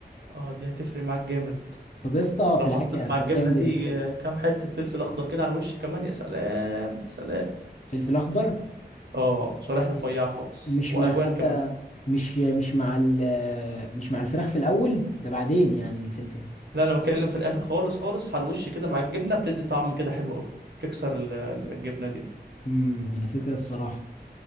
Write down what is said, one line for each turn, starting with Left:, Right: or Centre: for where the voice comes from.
Right: اه دي هتفرق معاك جامد
Left: طب يا اسطى في
Right: لو
Left: العافيه
Right: حطيت
Left: انت
Right: مع الجبنة
Left: بتعمل
Right: دي
Left: ايه
Right: آه، كام حتة فلفل أخضر كده على الوش كمان يا سلام يا سلام
Left: فلفل اخضر
Right: اه شرايح رفيعة خالص
Left: مش
Right: والوان
Left: مع حتى
Right: كمان
Left: مش مش مع ال مش مع الفراخ في الاول ده بعدين يعني الفلفل
Right: لا انا بتكلم في الاخر خالص خالص على الوش كده مع الجبنة بتدي طعم كده حلو قوي تكسر ال- الجبنة دي
Left: امم هي فكره الصراحه